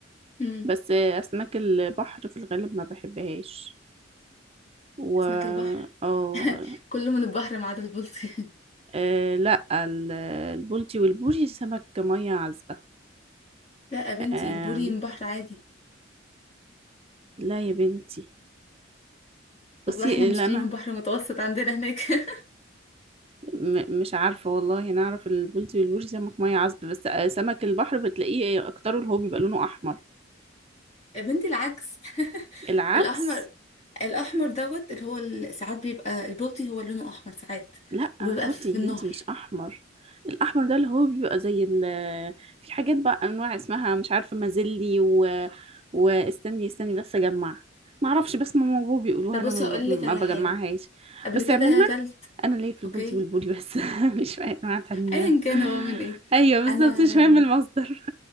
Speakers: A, on the left; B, on the right.
A: امم
B: بس آه، اسماك البحر في الغالب ما بحبهاش و
A: اسماك البحر
B: اه
A: كله من البحر ما عدا البلطي <laughs>
B: آه، لا ال- البولتي والبوري سمك ميه عذبه
A: لا يا بنتي
B: آم،
A: البوري من بحر عادي
B: لا يا بنتي بصي
A: والله احنا بنشتري
B: اللي انا
A: من بحر متوسط عندنا هناك <laughs>
B: م- مش عارفه والله انا اعرف البولتي والبوري سمك ميه عذبه بس آه، سمك البحر بتلاقيه اكتره اللي هو بيبقى لونه احمر
A: يا بنتي العكس <laughs>
B: العكس
A: الاحمر الاحمر دوت اللي هو ال- ساعات بيبقى البلطي هو لونه احمر ساعات
B: لا
A: وبيبقى
B: البولتي
A: في
B: يا
A: النهر
B: بنتي مش احمر الاحمر ده اللي هو بيبقى زي ال في حاجات بقى انواع اسمها مش عارفه مازلي و... واستني استني بس اجمع ما اعرفش بس ماما وبابا بيقولوها
A: طب
B: انا
A: بصي
B: ما
A: اقول
B: ب-
A: لك
B: ما
A: على
B: بجمعهاش
A: حاجه قبل
B: بس
A: كده
B: عموما
A: اكلت
B: انا ليا في البولتي
A: اوكي
B: والبولي بس <laughs> مش في أي انواع تانية
A: ايا كان هو من ايه
B: ايوه بالظبط
A: انا
B: مش مهم المصدر